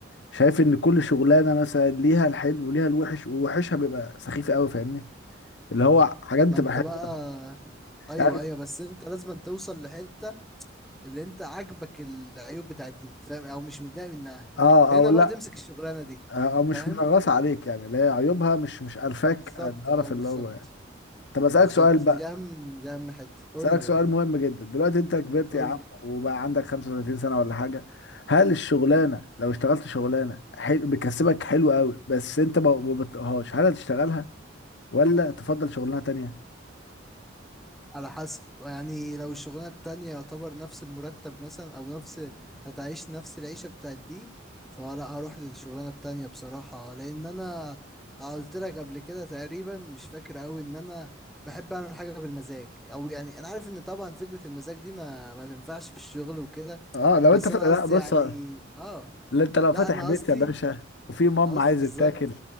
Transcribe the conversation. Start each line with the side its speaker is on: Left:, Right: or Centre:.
Left: شايف ان كل شغلانه مثلا ليها الحلو وليها الوحش ووحشها بيبقى سخيف قوي فاهمني اللي هو حاجات بتبقى
Centre: ما انت
Left: حلوه
Centre: بقى ايوه
Left: يعني
Centre: ايوه بس انت لازم أن توصل لحتة اللي انت عاجبك العيوب بتاعت دي فاهم او مش متضايق منها
Left: اه
Centre: هنا
Left: او لا
Centre: بقى تمسك الشغلانة دي
Left: او مش
Centre: فاهم
Left: منغصه عليك يعني اللي هي عيوبها مش مش الفاك
Centre: بالظبط
Left: القرف
Centre: اه
Left: اللي
Centre: بالظبط
Left: هو يعني طب اسالك
Centre: بالظبط
Left: سؤال بقى
Centre: دي اهم دي اهم حته قول
Left: اسالك
Centre: لي
Left: سؤال
Centre: يا ري
Left: مهم جدا دلوقتي انت كبرت
Centre: قول
Left: يا عم
Centre: لي
Left: وبقى عندك 35 سنه ولا حاجه هل الشغلانه لو اشتغلت شغلانه حلو بتكسبك حلو قوي بس انت ما ما بتطيقهاش هل هتشتغلها ولا تفضل شغلانه تانية
Centre: على حسب يعني لو الشغلانه التانية يعتبر نفس المرتب مثلا او نفس هتعيش نفس العيشه بتاعت دي فلا هروح للشغلانه التانية بصراحه لان انا قلت لك قبل كده تقريبا مش فاكر قوي ان انا بحب اعمل حاجه بالمزاج او يعني انا عارف ان طبعا فكره المزاج دي ما ما تنفعش في الشغل وكده
Left: اه لو
Centre: بس
Left: انت ف...
Centre: انا
Left: لا
Centre: قصدي
Left: بص
Centre: يعني
Left: لا
Centre: اه
Left: انت لو
Centre: لا
Left: فاتح
Centre: انا
Left: بيت
Centre: قصدي
Left: يا باشا وفي مام
Centre: قصدي
Left: عايزه
Centre: بالظبط
Left: تاكل